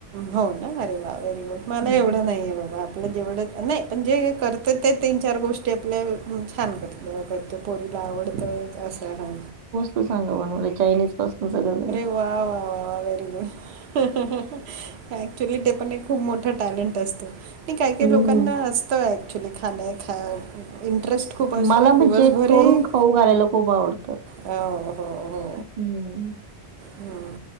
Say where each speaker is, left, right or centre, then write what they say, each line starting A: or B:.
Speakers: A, on the right; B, on the right.
A: हो ना अरे वा व्हेरी गुड मला
B: हम्म.
A: एवढं नाहीये बाबा आपलं जेवढं नाही पण जे करत तर ते तीन चार गोष्टी आपल्या छान करत करतो पोरीला आवडतं असं हां
B: तू सांग बनवलय चायनीज पासून सगळं <inaudible>
A: वा वा वा वा वा वेरी गुड हा हा हा ऍक्च्युली ते पण एक खूप मोठं टॅलेंट असतं काय काही
B: हम्म
A: लोकांना असतं ऍक्च्युली खाणे खा इंटरेस्ट. खूप असतो
B: मला म्हणजे
A: दिवसभरही
B: करून खाऊ घालायला खूप आवडतं.
A: हो हो हो
B: हम्म
A: हम्म.